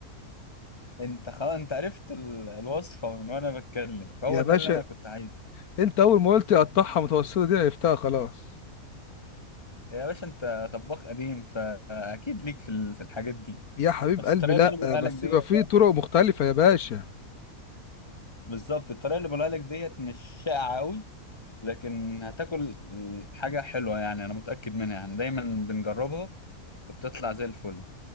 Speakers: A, on the left; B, on the left.
A: انت خلاص انت عرفت ال- الوصفه من وانا بتكلم فهو
B: يا
A: ده
B: باشا
A: اللي انا كنت عايزه
B: انت اول ما قلت قطعها متوسطه دي عرفتها خلاص
A: يا باشا انت طباخ قديم فاكيد ليك في ال- في الحاجات دي
B: يا حبيب
A: بس
B: قلبي
A: الطريقه
B: لا
A: اللي انا بقولها
B: بس
A: لك ديت
B: يبقى في طرق مختلفه يا باشا
A: بالظبط الطريقه اللي بقولها لك ديت مش شائعه قوي لكن هتاكل حاجة حلوة يعني أنا متأكد منها يعني دايما بنجربها وبتطلع زي الفل